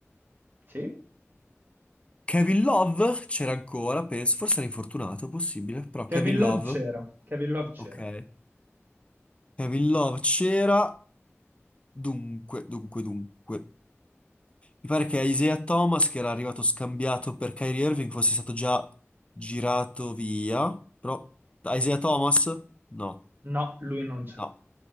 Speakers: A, on the right (about 45°); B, on the left (about 25°).
A: Sì.
B: Kevin Love c'era ancora, penso, forse era infortunato, possibile, però
A: Kevin
B: Kevin
A: Love
B: Love,
A: c'era. Kevin Love c'era.
B: ok. Kevin Love c'era. Dunque, dunque, dunque. Mi pare che Isaiah Thomas, che era arrivato scambiato per Kyrie Irving, fosse stato già girato via. Però Isaiah Thomas? No,
A: No, lui non c'è.
B: no,